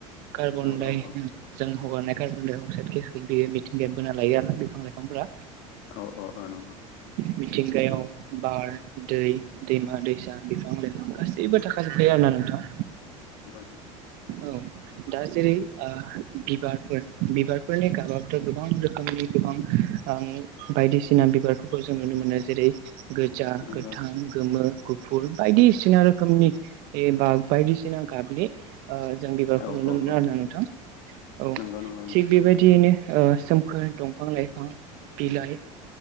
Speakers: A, on the right (about 60°); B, on the left (about 65°).
A: कार्बनडाइ
B: औ औ
A: जों हगारनाय कार्बन डाइ अक्साइड गेसखौ बियो मिथिंगाया बोना लायो आरोना बिफां लाइफांफोरा
B: औ औ औ नंगौ।
A: मिथिंगायाव बार दै दैमा दैसा बिफां लाइफां गासैबो थाखाजोबखायो आरोना नोंथां।
B: <unintelligible>
A: औ दा जेरै ओ बिबारफोर बिबार फोरनि गाबथ' गोबां रोखोमनि गोबां आं बायदिसिना बिबारफोरखौ जों नुनो मोनो जेरै गोजा
B: नंगौ
A: गोथां गोमो फुल बायदिसिना रोखोमनि ए बाग बायदिसिना गाबनि ओ जों बिबारखौ
B: औ
A: नुनो
B: औ
A: मोनो
B: औ
A: आरोना नोंथां औ।
B: नंगौ नंगौ नोंथां
A: थिग बेबायदियैनो ओ सोमखोर दंफां लाइफां बिलाइ।